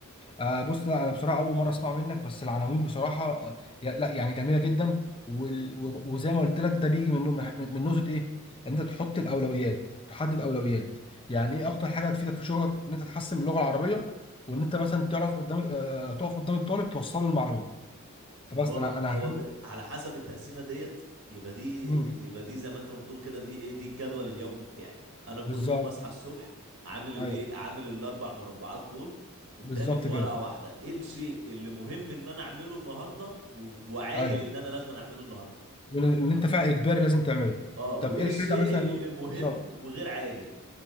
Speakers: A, on the left; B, on the right.
A: آه بص لا انا بصراحه اول مره اسمع منك بس العناوين بصراحه آه يا- لا يعني جميله جدا وال- و- وزي ما قلت لك ده بيجي من من من نقطه ايه ان انت تحط الاولويات تحدد اولويات يعني
B: مم.
A: ايه اكتر حاجه هتفيدك في شغلك ان انت تحسن من اللغه العربيه وان انت مثلا تعرف قدام آه تقف قدام الطالب توصله المعلومه فبس
B: ما هو
A: انا انا
B: هو
A: هكمل
B: ب... على حسب التقسيمه ديت يبقى دي
A: مم،
B: يبقى دي زي ما انت ما بتقول كده دي ايه دي الجدول اليومي بتاعي انا كل
A: بالظبط
B: يوم اصحى الصبح عامل الايه
A: ايوه
B: عامل الاربع مربعات دول قدامي
A: بالظبط
B: في
A: كده
B: ورقه واحده ايه الشيء اللي مهم ان انا اعمله النهارده و... وعاجل
A: ايوه
B: ان انا لازم اعمله النهارده
A: اللي انت فعلا اجباري لازم تعمله
B: اه وايه
A: طب ايه
B: الشيء
A: الحاجه مثلا
B: اللي مهم
A: بالظبط
B: وغير عاجل